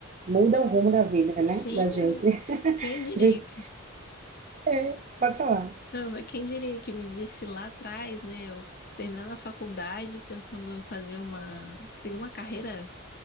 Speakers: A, on the right; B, on the left.
A: muda o rumo da vida, né?
B: Sim,
A: Da gente.
B: é.
A: <laughs>
B: quem diria?
A: A gente, é, pode falar.
B: Não, mas quem diria que me visse lá atrás, né? Eu terminando a faculdade, pensando em fazer uma, seguir uma carreira,